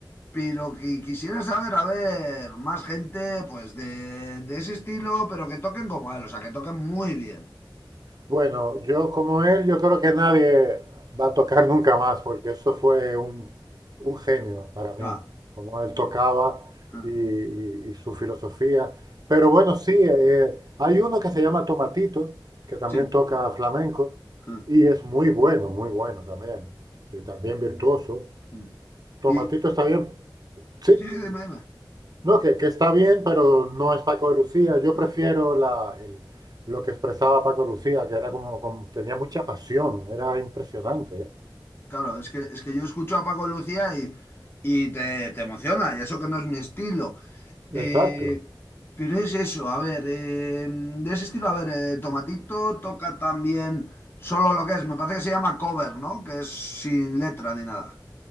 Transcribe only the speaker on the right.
Bueno, yo como él, yo creo que nadie va a tocar <laughs> nunca más, porque esto fue un, un genio para
mí, como él tocaba
y, y- y su filosofía. Pero bueno, sí, eh, hay uno que se llama Tomatito, que también
toca flamenco,
y es muy bueno, muy bueno también, y también virtuoso.
Tomatito
está bien, sí,
no, que, que está bien, pero no es Paco de Lucía. Yo
prefiero la, el- lo que expresaba Paco de Lucía, que era
como, como- tenía mucha pasión, era impresionante. ¿eh?
Exacto.